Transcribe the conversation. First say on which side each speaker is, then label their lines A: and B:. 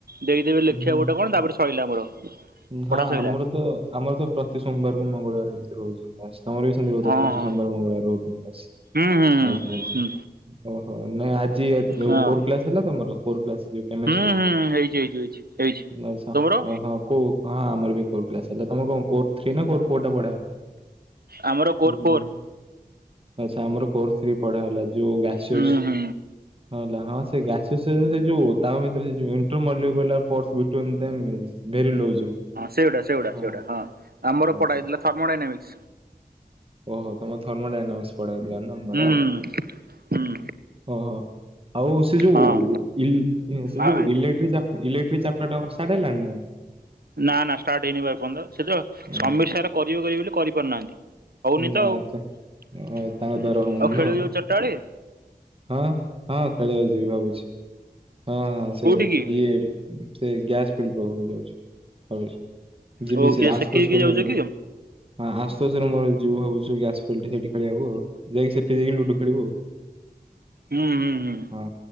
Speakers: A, on the right (about 75°); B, on the right (about 35°).
A: ଦେଇଦେବେ ଲେଖିବା
B: ଉଁ ହୁଁ।
A: ଗୋଟେ କଣ ତାପରେ ସରିଲା ଆମର। ପଢା
B: ହଁ
A: ସଇଲା
B: ଆମର ତ ଆମର ତ ପ୍ରତି ସୋମବାରକୁ ମଙ୍ଗଳବାର ଏମିତି ରହୁଛି ଆଷ୍ଟମ ର
A: ହଁ
B: ର ପ୍ରତି
A: ହଁ
B: ସୋବାର ମଙ୍ଗଳବ ରହୁ ଆଚ୍ଛା
A: ହୁଁ ହୁଁ
B: ଆଚ୍ଛା।
A: ହୁଁ
B: ଓହୋ ନାଇଁ ଆଜି
A: ହୁଁ ହଁ
B: କୋର କ୍ଲାସ ହେଲା ତମର କୋର କ୍ଲାସ ଯଉ କେମଷ୍ଟି।
A: ହୁଁ ହୁଁ ହେଇଛି ହେଇଛି ହେଇଛି ହେଇଛି
B: ଆଛା
A: ତମର
B: ଓହୋ। କୋଉ ହଁ ଆମର କୋ କ୍ଲାସ ହେଲା ତମ କଣ କୋ ଥ୍ରୀ ନା କୋ ଫୋର ଟା ପଢ଼ା ହେଲା?
A: ଆମର କୋର
B: ହିଲ
A: ଫୋର
B: ଆଚଛା ଆମର <unintelligible> କରଥିଲି ପଢା ହେଲା ଯୋଉ ଗାସି।
A: ହୁଁ ହୁଁ
B: ହଁ ହେଲା ହଁ ସେ ଗାଛ ସେ ଯୋଉ ତାଙ୍କ ଭିତରେ ସେଇ। <unintelligible> ଭେ ଲୁ ହଁ
A: ସେଗୁଡା ସେଗୁଡା ସେଗୁଡା
B: ଆ। <unintelligible>
A: ହଁ ଆମର ପଢା ହେଇଥିଲା ଥର୍ମୋଡାଇନାମିକ୍ସ
B: ଓହୋ ତମଥର୍ମାଡାଇାମି ପଢେଇ ଦିଅ ନା।
A: ହୁଁ।
B: ବଢିଆ
A: ହୁଁ
B: ଓହୋ ଆଉ ସେ ଯୋଉ
A: ହଁ
B: ଇ ସେ
A: ଆ
B: ଯୋଉ ଇଲେକ୍ଟ୍ରିକ ଇଲେକ୍ଟ୍ରିକ ଚାପଟରବଷ୍ଟ୍ ହେଲାଣିନା?
A: ନା ନା ଷ୍ଟାର୍ଟ ହେଇନିପା ଏର୍ଯ୍ୟନ୍ତ ସେତ
B: ନା
A: ସମୀଖ୍ୟର କରିବ କରିବ ବୋଲି କରିପାରୁନାହାନ୍ତି। ହଉନି
B: ନା
A: ତ ଆଉ
B: ଆଚ୍ଛା ଓ,
A: ଆଉ
B: ତାଙ୍କ ଦ୍ଵାରା ହଉନି
A: ଖେଳି
B: ନୁହଁ।
A: ବାକୁ ଯିବ ଚଟାବେଳେ?
B: ହଁ ହଁ ଖେଳିବାକୁ ଯିବି ଭାବୁଛି ହଁ ସେ
A: କୋଉଠି କି
B: ଇଏ ସେ ଗ୍ୟାସ ଫିଳିବାବାକୁ ଯାଉଛି। ହଉ ଯିବି
A: ଓ
B: ସେ
A: କିଏ
B: ଆସୁଷନୀ
A: କି କି ଯାଉଛ କି
B: ହଁ ଆସୁ ଆସରେ ମୋର ଯିବୁ ଭାବୁଚୂ ଗ୍ୟାସ୍ ଫଟି ସେଠି ଖେଳିବାକୁ ଯାଇକି ସେଠି ଯାଇକି ଲୁଡୁ ଖେଳିବୁ।
A: ହୁଁ ହୁଁ ହୁଁ
B: ହଁ